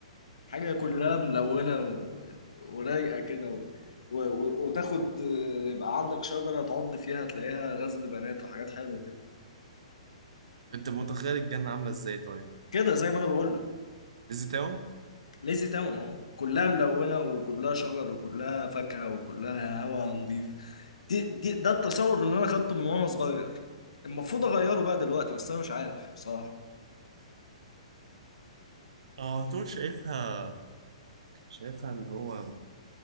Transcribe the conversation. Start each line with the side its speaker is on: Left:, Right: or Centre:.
Left: حاجة كلها ملونة و... ورايقة كده و... و... و- وتاخد يبقى عندك شجرة تعض فيها تلاقيها غزل بنات وحاجات حلوة كده
Right: <laughs> انت متخيل الجنة عاملة ازاي طيب؟
Left: كده زي ما انا بقول لك
Right: ليزي تاون؟
Left: ليزي تاون اهو كلها ملونة وكلها شجر وكلها فاكهة وكلها هواء نظيف دي... دي ده التصور اللي انا خدته من وانا صغير المفروض اغيره بقى دلوقتي بس انا مش عارف بصراحة
Right: اه طول شايفها شايفها اللي هو